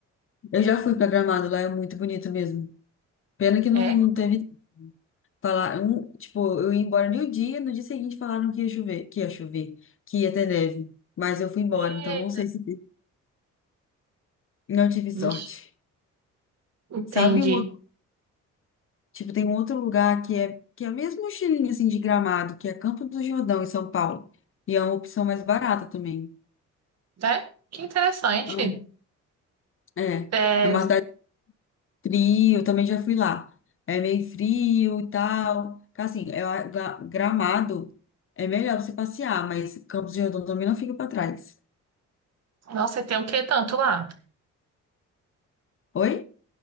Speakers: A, on the left; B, on the right.
A: Eu já fui pra Gramado, lá é muito bonito mesmo. Pena que não,
B: É?
A: não teve falar, um, tipo, eu ia embora no dia, no dia seguinte falaram que ia chover, que ia chover, que ia ter neve, mas eu fui embora,
B: Eita.
A: então não sei se Não tive sorte.
B: Ixi, Entendi.
A: Sabe um outro, tipo, tem um outro lugar que é que é mesmo um estilinho assim de Gramado, que é Campo do Jordão em São Paulo. E é uma opção mais barata também.
B: É? Que interessante.
A: Hum. É,
B: É...
A: é uma cidade fria, eu também já fui lá. É meio frio e tal. Assim, é, a- Gra- Gramado é melhor você passear, mas Campos do Jordão também não fica pra trás.
B: Nossa, tem o que tanto lá?
A: Oi?